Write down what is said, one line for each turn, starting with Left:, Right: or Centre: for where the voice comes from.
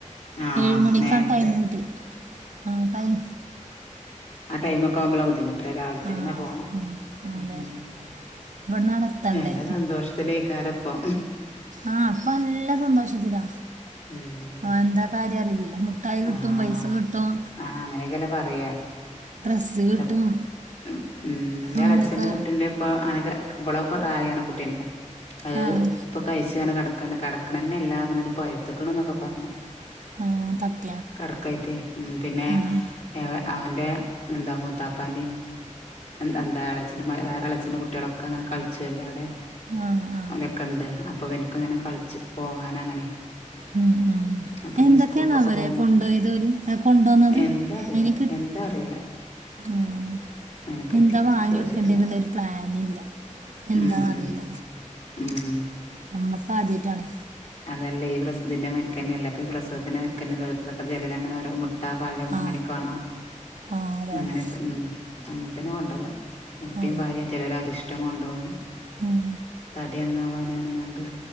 Left: ആഹ്
Right: ഏഴു മണിക്കാണ്.
Left: നേരത്തെ
Right: ടൈം കിട്ടി. ആ, ടൈം
Left: ആഹ്‌, ടൈമ ഒക്കെ ആവുമ്പോള ബുദ്ധിമുട് ല്ലേ രാവിലെ തന്നെ
Right: ആഹ്
Left: പോണം.
Right: ഉം
Left: ഉം
Right: അതെ ഇവിടന്നാണ് എത്തണ്ടേ
Left: എല്ലാ സന്തോഷത്തിലയിക്കാര പ്പൊ?
Right: ആഹ്‌, അപ്പൊ നല്ല സന്തോഷത്തി ലാ
Left: ഉം
Right: എന്താ, കാര്യം അറില്ലല്ലോ? മിട്ടായി കിട്ടും.
Left: ആഹ്
Right: പൈസ കിട്ടും.
Left: ആഹ് അങ്ങനെയൊക്കെല്ലേ പറയാ
Right: ഡ്രസ് കിട്ടും.
Left: ത ഉം, ന്റെ
Right: അങ്ങനൊക്കെ
Left: എളച്ചഛന്റെ കുട്ടിന്റെ. ഇപ്പ അനക ഇവളെ പ്രായണ് കുട്ടീന്റെ അത്
Right: ആഹ്
Left: ഇ കഴിച്ചന കിടക്കണ്ട്. കടക്കണ തന്നെ ഇ ല്ലാ പറഞ്ഞു. പയത്തുക്കണന്നൊക്കെ പറഞ്ഞു.
Right: പറഞ്ഞു ആഹ് <unintelligible>
Left: കിടക്കായിട്ട് ഉ പിന്നെ
Right: ഉം
Left: അവന്റെ എന്താ മൂത്താപ്പാന്റെ എന്താ, അളച്ഛ്റെ വേറെളച്ചഛ്റെ കുട്ടികളൊക്കെ അങ്ങനെ, കള ചിച്ചു എല്ലാം അവിടെ
Right: ആഹ് ആഹ്
Left: ഒലൊക്കെ ഉണ്ട്. അപ്പൊ, ഇവൻ ക്കും കളിച്ച് പോകാന അങ്ങനെ.
Right: ഉം ഉം
Left: അപ്പൊ ഇനി
Right: എന്തൊക്കെ
Left: സ്കൂൾക്കൊക്കെ
Right: ആണ്. അവരെ
Left: പോകുമ്പോ
Right: കൊണ്ട പോയത് ഓര് അല്ല കൊണ്ടോന്നത്
Left: എന്താ അറിയില്ല
Right: അനി കി
Left: എന്താ അറിയില്ല
Right: ആഹ്‌,
Left: അതിനെപ്പറ്റി
Right: എന്താ വാങ്ങി
Left: ചോദിച്ചിട്ടില്ല
Right: കൊ ടുക്കണ്ടേന്നുള്ളരു പ്ലാന് ഇല്ല. എന്താന്നറിയില്ല.
Left: ഉം ഉം ഉം
Right: നമ്മക്ക് ആദ്യട്ടാണ്.
Left: അതല്ല, ഈ, പ്രസ ഇതിന്റെ പോലെ തന്നെ അല്ലെ. അപ്പൊ പ്രസവത്തിന്റ മരിക്ക ന്നെല്ല. ഓരോ രുത്തർ ചിലർ അങ്ങെ ഓരോ മു മുട്ട, പഴം,
Right: ആ
Left: അങ്ങനെയൊക്ക വാണം.
Right: ആ അതന്നെ
Left: അങ്ങനെ ഉം, അങ്ങനെ ത്തന്നെ കൊണ്ടോവ. മുട്ടയും
Right: ആ
Left: പഴം ചിലര അരിഷ്ടം. ഇഷ്ടം കൊണ്ടോകും
Right: ഉം.
Left: തടി നന്നവാന പറഞ്ഞു ങ്ങാണ്ട്.